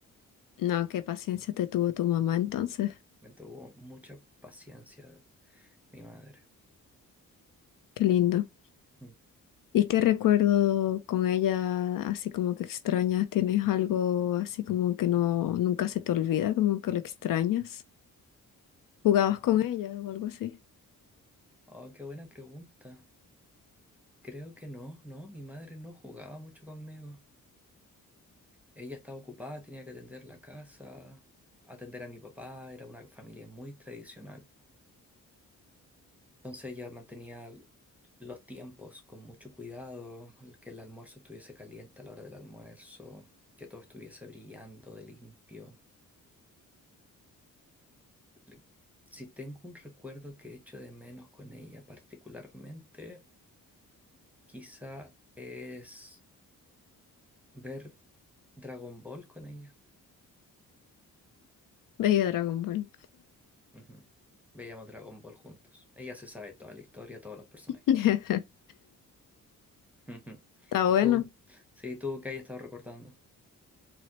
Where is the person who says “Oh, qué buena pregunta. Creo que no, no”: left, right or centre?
Centre